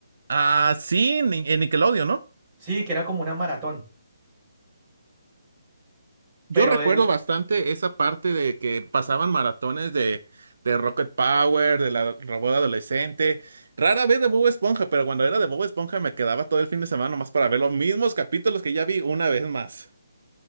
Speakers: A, on the right; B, on the right.
A: Ah, sí, en en Nickelodeon, ¿no?
B: Sí, que era como una maratón,
A: Yo
B: pero
A: recuerdo
B: eh,
A: bastante esa parte de que pasaban maratones de, de Rocket Power, de la robot adolescente. Rara vez de Bob Esponja, pero cuando era de Bob Esponja me quedaba todo el fin de semana nomás para ver los mismos capítulos que ya vi una vez más.